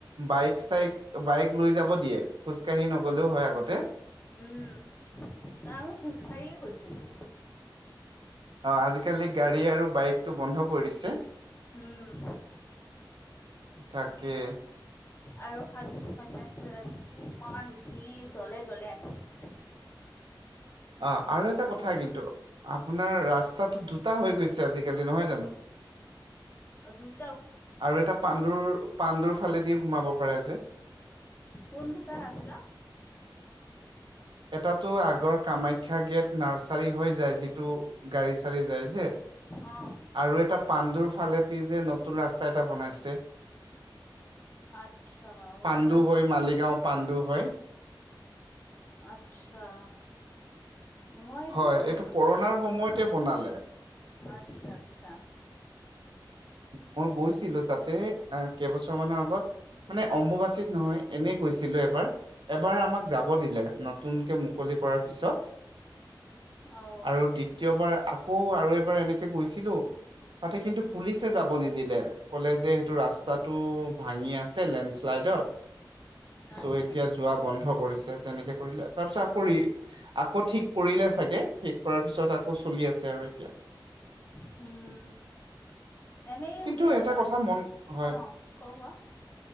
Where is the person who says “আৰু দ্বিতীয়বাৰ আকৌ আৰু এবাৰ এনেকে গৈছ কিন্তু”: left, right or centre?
Right